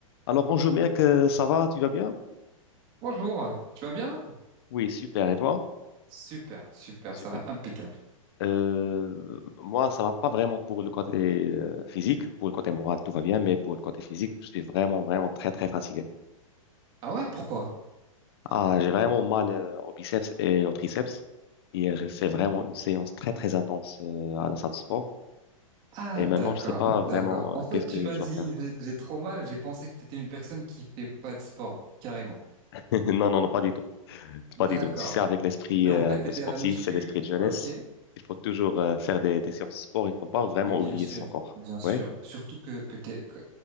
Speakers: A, on the left; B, on the right.
A: Alors bonjour mec, euh, ça va, tu vas bien?
B: Bonjour, tu vas bien?
A: Oui, super, et toi?
B: Super, super,
A: Super.
B: ça va impeccable.
A: Euh, moi, ça va pas vraiment pour le côté euh, physique, pour le côté moral, tout va bien, mais pour le côté physique, je suis vraiment, vraiment très, très fatigué.
B: Ah ouais, pourquoi?
A: Ah, j'ai vraiment mal euh, aux biceps et aux triceps, et euh, j'ai fait vraiment une séance très, très intense euh, à la salle de sport,
B: Ah
A: et
B: d'accord,
A: maintenant, je sais pas vraiment
B: d'accord. En
A: euh,
B: fait,
A: qu'est-ce
B: tu
A: que
B: m'as
A: je
B: dit,
A: dois faire.
B: j'ai j'ai trop mal, j'ai pensé que t'étais une personne qui fait pas de sport, carrément.
A: <laughs> Non, non, non, pas du tout,
B: D'accord.
A: pas du tout. Tu sais, avec l'esprit
B: Mais
A: euh,
B: en fait,
A: un
B: t'étais
A: peu sportif
B: à la muscu,
A: et l'esprit de jeunesse,
B: ok.
A: il faut toujours euh, faire des, des séances de sport, il faut pas vraiment
B: Mais bien
A: oublier
B: sûr,
A: son corps.
B: bien sûr,
A: Ouais.
B: surtout que, que t'es, que-